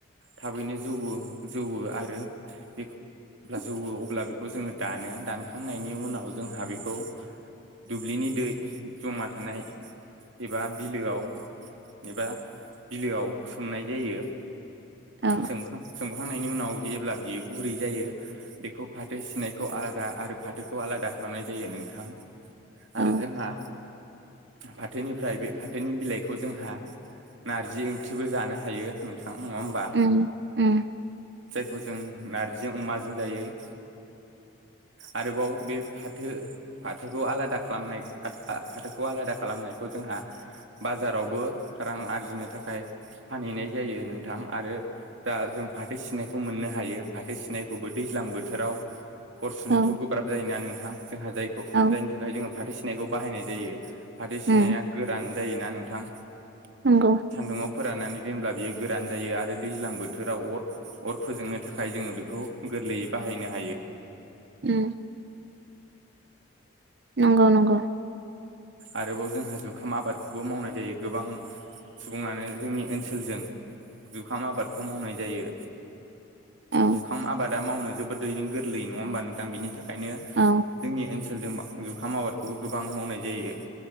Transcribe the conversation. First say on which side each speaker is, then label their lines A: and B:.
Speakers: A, on the right; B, on the right.
A: थाबैनो जौ जौवो आरो बेखौ अब्ला जौवो अब्ला बेखौ जोङो दानो दानखांनायनि उनाव जोंहा बेखौ दुब्लिनि दै जमा थानाय एबा बिलोआव एबा बिलोआव सोमनाय जायो
B: औ
A: सोमखां सोमखांनायनि उनाव जेब्ला बियो गुरै जायो बेखौ फाथो सिनायखौ आलादा आरो फाथोखौ आलादा खालामनाय जायो नोंथां आरो
B: औ
A: जोंहा फाथोनिफ्राय बे फाथोनि बिलाइखौ जोंहा नारजि ओंख्रिबो जानो हायो नोंथां नङा हबा
B: उम उम
A: खौ जों नार्जिजों अमाजों जायो आरोबाव बे फाथो - फाथोखौ आलादा खालामनाय फाथोखौ आलादा खालामनायखौ जों जोंहा बाजारावबो रां आरजिनो थाखाय फानहैनाय जायो नोंथां आरो दा जों फाथो सिनायखौ मोननो हायो फाथो सिनायखौबो दैज्लां बोथोराव हरसुनोथ'
B: औ
A: गोब्राब जायोना नोंथां जोंहा जायखौ
B: औ
A: जायनि थाखाय जोङो फाथो सिनायखौ बाहायनाय जायो फाथै सिनाया
B: उम
A: गोरान जायोना नोंथां
B: नंगौ
A: सान्दुङाव फोराननानै जेब्ला बियो गोरान जायो आरो दैज्लां बोथोराव अर अर फोजोंनो थाखाय जोङो बेखौ गोरलैयै बाहायनो हायो
B: उम नंगौ नंगौ
A: आरोबाव जोंहा जुखाम आबादखौबो मावनाय जायो गोबां सुबुङानो जोंनि ओनसोलजों जुखाम आबादखौ मावनाय जायो
B: औ
A: जुखाम आबादा मावनो जोबोदैनो गोरलै नङा होमबा नोंथां बिनि थाखाय बेनिखायनो
B: औ
A: जोंनि ओनसोलजों जुखाम आबादखौबो गोबां मावनाय जायो